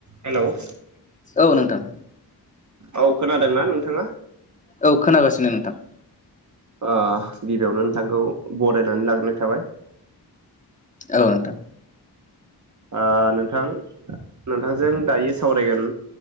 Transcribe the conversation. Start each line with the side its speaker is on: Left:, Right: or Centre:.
Right: हेल'।
Left: औ नोंथां।
Right: औ खोनादोंना नोंथाङा?
Left: औ खोनागासिनो नोंथां।
Right: ओ गिबियावनो नोंथांखौ बरायनानै लाग्रोनाय थाबाय।
Left: औ नोंथां।
Right: ओ नोंथां नोंथांजों दायो सावरायगोन